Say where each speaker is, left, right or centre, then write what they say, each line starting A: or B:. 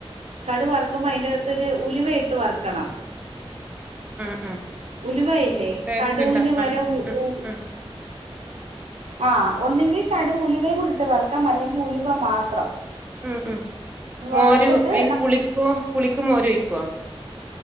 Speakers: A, on the right; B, on the right.
A: കടു വറക്കുമ്പോ അതിന്റെ അകത്ത് ഒരു ഉലിവ ഇട്ട് വറക്കണം
B: ആഹ ആ
A: ഉലുവയില്ലേ
B: ടേസ്റ്റ്
A: കടുവിന്
B: ഇണ്ട
A: വര
B: ആ
A: ഉ
B: ആ
A: ഉ
B: ആ
A: ആഹ് ഒന്നുങ്കി കടു ഉലു വയും കൂടി ഇട്ട് വറക്കാം, അല്ലെങ്കില് ഉലുവ മാത്രം.
B: ഉം, ഉം
A: വറുത്തിട്ട്
B: മോര് അയിന് പുളിക്കോ പുളിക്ക് മോര് ഒയിക്കോ?